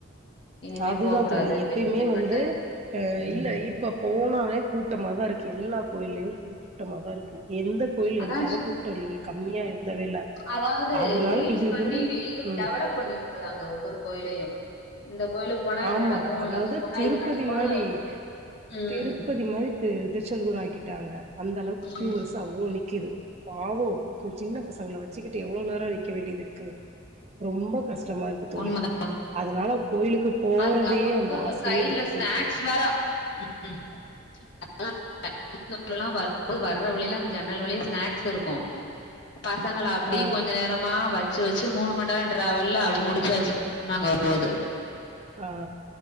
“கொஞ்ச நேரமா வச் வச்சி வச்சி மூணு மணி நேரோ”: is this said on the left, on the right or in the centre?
Left